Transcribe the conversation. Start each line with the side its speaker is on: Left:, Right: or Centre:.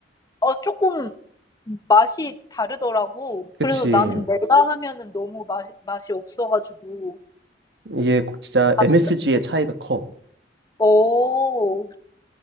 Left: 어, 조금 맛이 다르더라고.
Right: 그치.
Left: 그래서 나는 내가 하면은 너무 맛, 맛이 없어가지고.
Right: 이게 진짜
Left: 맛이,
Right: MSG의 차이가 커.
Left: 오,